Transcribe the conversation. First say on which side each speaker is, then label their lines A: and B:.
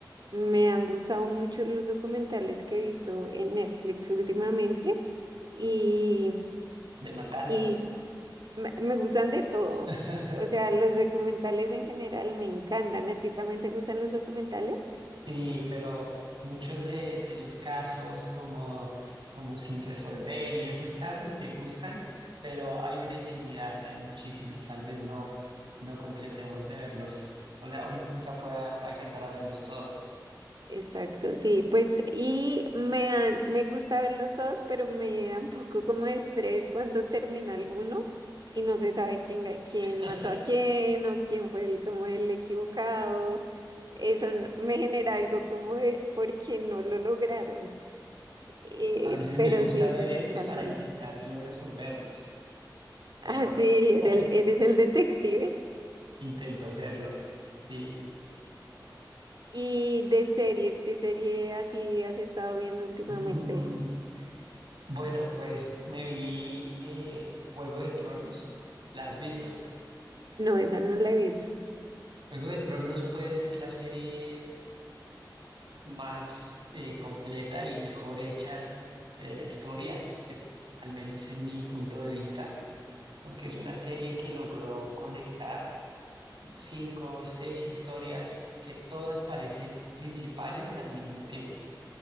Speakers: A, on the right; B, on the right.
A: Me han gustado mucho los documentales que he visto en Netflix últimamente. y,
B: ¿De matanzas?
A: y me, me gustan de todo.
B: <laughs>
A: O sea, los documentales en general me encantan. ¿A ti también te gustan los documentales?
B: Sí, pero muchos de, de los casos como, como sin resolver y esos casos me gustan, pero hay una infinidad, hay muchísimos, tal vez no, no completemos de verlos, o sea, uno nunca pueda alcanzar a verlos todos.
A: Exacto, sí. Pues, y me dan, me gusta verlos todos, pero me da un poco como de estrés cuando termina alguno y no se sabe quién, ga- quién
B: <laughs>
A: mató a quién o quién fue el, como el equivocado. Eso n- me genera algo como de porque no lo lograron. Eh,
B: A veces
A: pero
B: me gusta
A: sí, esos
B: ver esos
A: me encantan.
B: para intentar
A: <laughs>
B: yo resolverlos, pero
A: Ah, sí, eres,
B: <laughs>
A: eres el detective.
B: intento serlo, sí.
A: Y de series, ¿qué serie así has estado viendo últimamente?
B: Mm, Bueno, pues me vi eh, Juego de Tronos. ¿La has visto?
A: No, esa no la he visto.
B: Juego de Tronos puede ser la serie más eh, completa y mejor hecha de la historia, de- al menos en mi punto de vista, porque es una serie que logró conectar cinco o seis historias que todas parecen principales al mismo tiempo.